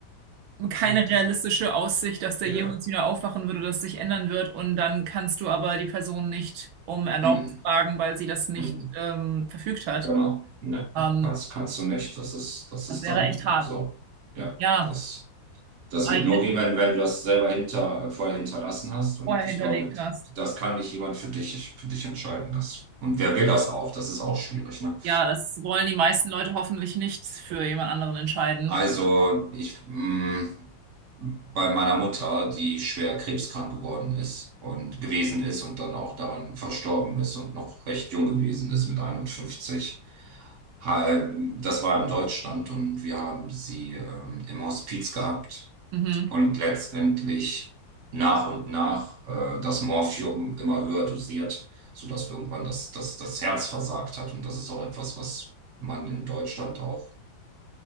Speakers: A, on the right; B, on the right.
A: keine
B: D-
A: realistische
B: d-
A: Aussicht, dass der
B: ja,
A: jemals wieder aufwachen würde, dass sich ändern wird. Und dann kannst du aber die Person nicht um Erlaubnis
B: mhm.
A: fragen, weil sie das nicht
B: Mhm.
A: ähm, verfügt hat.
B: Genau. Ne,
A: Ähm,
B: kannst, kannst du nicht. Das ist, das
A: das
B: ist
A: wäre
B: dann
A: echt hart.
B: so. Ja,
A: Ja,
B: das, das
A: aber
B: wird
A: ich
B: nur gehen, wenn, wenn du das selber hinter, vorher hinterlassen hast. Und
A: vorher hinterlegt
B: ich glaube,
A: hast.
B: das kann nicht jemand für dich, für dich entscheiden. Das, und wer will das auch? Das ist auch schwierig, ne?
A: Ja, das wollen die meisten Leute hoffentlich nicht für jemand anderen entscheiden.
B: Also ich mh, bei meiner Mutter, die schwer krebskrank geworden ist und gewesen ist und dann auch daran verstorben ist und noch recht jung gewesen ist mit 51. Ha- Das war in Deutschland und wir haben sie ähm, im Hospiz gehabt
A: Mhm.
B: und letztendlich nach und nach äh, das Morphium immer höher dosiert, sodass irgendwann das, das, das Herz versagt hat. Und das ist auch etwas, was man in Deutschland auch